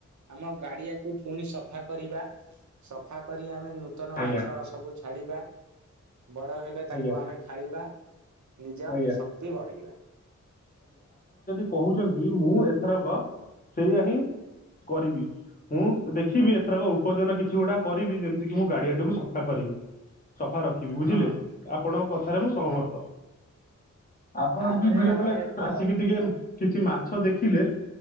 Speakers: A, on the right; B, on the left.
A: ଆମ ଗାଡିଆକୁ ପୁଣି ସଫା କରିବା। ସଫା କରି ଆମେ ନୂତନ
B: ଆଜ୍ଞା।
A: ମାଛ ସବୁ ଛାଡିବା ବଡ ହେଲେ ତାକୁ
B: ଆଜ୍ଞା
A: ଆମେ ଖାଇବା ନିଜ
B: ଆଜ୍ଞା
A: ଶକ୍ତି ବଢେଇବା।
B: କହୁଚନ୍ତି ମୁଁ ଏଥରକ ସେଇଆା ହିଁ କରିବି। ମୁଁ ଦେଖିବି ଏଥରକ ଉପଜନ କିଛି ଗୁଡା କରିବି ଯେମିତି କି ମୁଁ ଗାଡିଆଟାକୁ ସଫା କରିବି। ସଫା ରଖିବି ବୁଝିଲେ
A: ହଁ
B: ଆପଣଙ୍କ କଥାରେ ମୁଁ ସହମର୍ଥ।
A: ହଁ
B: ଆପଣ
A: ତାପରେ
B: ବି ବେଳେ
A: ଆମର
B: ବେଳେ
A: ଏକ
B: ଆସିକି ଟିକେ କିଛି ମାଛ ଦେଖିଲେ